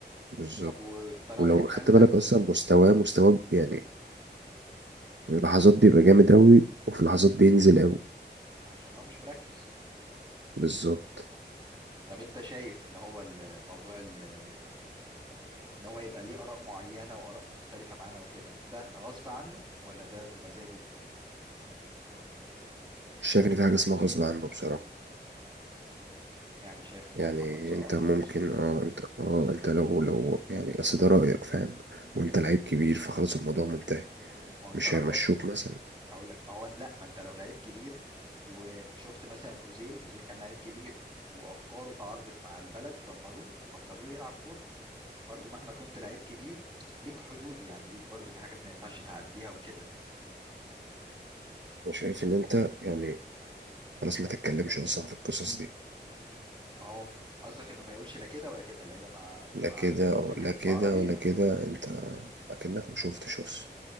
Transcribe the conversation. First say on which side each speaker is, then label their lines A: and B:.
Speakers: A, on the right; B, on the right.
A: بالظبط
B: طب وانت رايك
A: ولو خدت
B: هل ده
A: بالك أصلا مستواه مستواه يعني في لحظات بيبقى جامد أوي وفي لحظات بينزل أوي
B: عشان هو مش مركز
A: بالظبط
B: طب انت شايف ان هو الموضوع ان هو يبقى ليه اراء معينه واراء مختلفه معانا وكده ده غصب عنه ولا ده بمزاجه
A: مش شايف ان في حاجه اسمها غصب عنه بصراحه
B: يعني شايف ان
A: يعني
B: محمد صلاح
A: انت ممكن
B: اللي وصل
A: اه انت اه انت لو لو يعني اصل ده رايك فاهم وانت لعيب كبير فخلاص الموضوع منتهي
B: ما هو انت
A: مش
B: رأيك
A: هيمشوك مثلا
B: هقول لك ما هو لا ما انت لو لعيب كبير وشفت مثلا اوزيل اوزيل كان لعيب كبير وافكاره تعارضت مع البلد دمروه بطلوا له يلعب كورة برضو مهما كنت لعيب كبير ليك حدود يعني ليك برضو في حاجات ما ينفعش تعديها وكده
A: انا شايف ان انت يعني خلاص ما تتكلمش اصلا في القصص دي
B: ما هو قصدك انه ما يقولش لا كده ولا كده لا يبقى مع
A: لا
B: مع
A: كده
B: الفكر
A: لا
B: العربي
A: كده ولا كده انت اكنك ما شفتش اصلا